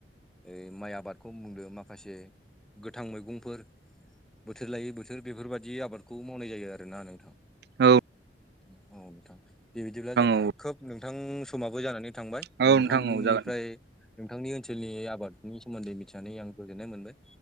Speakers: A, in the centre; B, on the right.
A: ओ माइ आबादखौ बुंदों माखासे गोथां मैगंफोर बोथोर लायै बोथोर बेफोरबायदि आबादखौ मावनाय जायो आरोना नोंथां
B: औ
A: औ नोंथां बेबायदिब्ला जोंहा
B: औ
A: खोब नोंथां समाबो जानानै थांबाय
B: नोंथां
A: नोंथांनिफ्राय
B: औ जागोन
A: नोंथांनि ओनसोलनि आबादनि सोमोन्दै मिथिनानै आं गोजोननाय मोनबाय